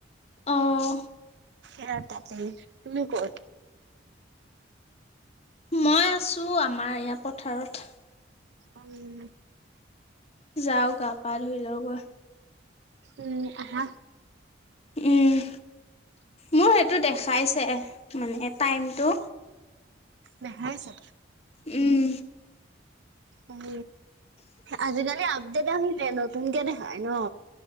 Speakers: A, on the left; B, on the right.
A: আহঁ।
B: সেয়া তাতে তুমি ক'ত?
A: মই আছোঁ আমাৰ ইয়াৰ পথাৰত।
B: অম।
A: যাও গা পা ধুই লও গৈ।
B: উম আহা।
A: উম। মোৰ সেইটো দেখাইছে মানে টাইমটো।
B: দেখাইছে।
A: উম।
B: উম আজিকালি আপডেট আহি যায় নতুনকে দেখাই ন।